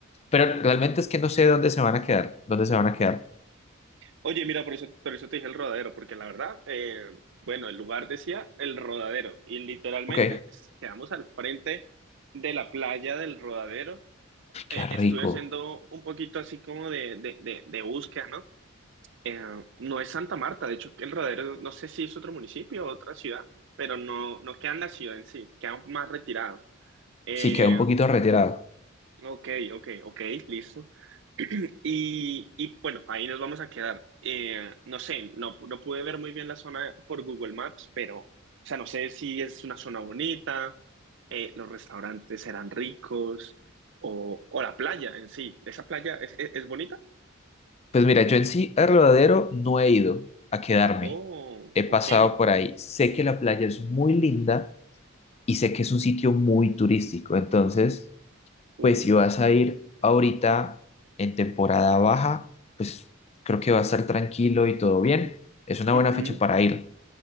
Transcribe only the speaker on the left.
pero realmente es que no sé dónde se van a quedar. ¿Dónde se van a quedar?
Ok.
Qué
rico.
Sí, queda un poquito retirado.
Pues mira, yo en sí a Rodadero no he ido a quedarme.
He pasado
por ahí. Sé que la playa es muy linda y sé que es un sitio muy turístico. Entonces,
pues si vas a ir ahorita en temporada baja, pues creo que va a estar tranquilo y todo bien. Es una
buena fecha para ir.